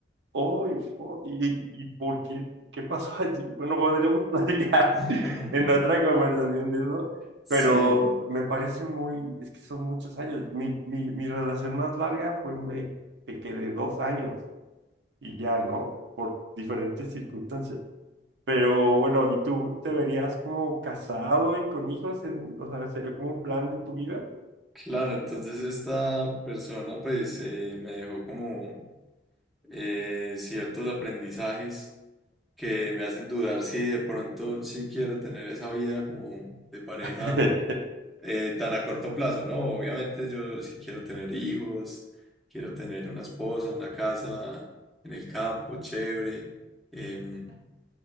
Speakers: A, on the right (about 65°); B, in the centre.
A: Hoy, fo- ¿y, y por qué? ¿Qué pasó <laughs> allí? Bueno, podremos platicar
B: <laughs>
A: <laughs> en otra conversación de eso,
B: Sí,
A: pero me parece muy, es que son muchos años. Mi, mi, mi relación más larga fue en ve- que quedé dos años y ya, ¿no? Por diferentes circunstancias. Pero bueno, ¿y tú te verías como casado y con hijos? En, o sea, ¿sería como un plan de tu vida?
B: claro, entonces esta persona pues eh, me dejó como eh, ciertos aprendizajes que me hacen dudar si de pronto sí quiero tener esa vida como de pareja
A: <laughs>
B: eh, tan a corto plazo, ¿no? Obviamente yo si quiero tener hijos, quiero tener una esposa, una casa en el campo, chévere, em,